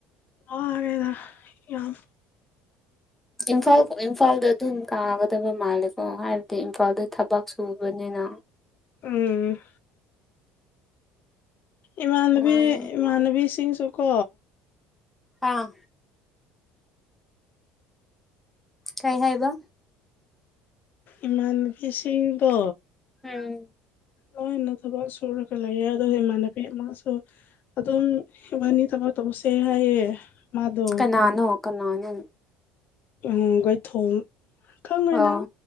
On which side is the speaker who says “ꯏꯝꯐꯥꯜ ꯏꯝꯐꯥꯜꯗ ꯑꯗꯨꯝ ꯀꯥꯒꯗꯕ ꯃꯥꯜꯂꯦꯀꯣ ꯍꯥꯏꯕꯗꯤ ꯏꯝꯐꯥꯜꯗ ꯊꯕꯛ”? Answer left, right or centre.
Centre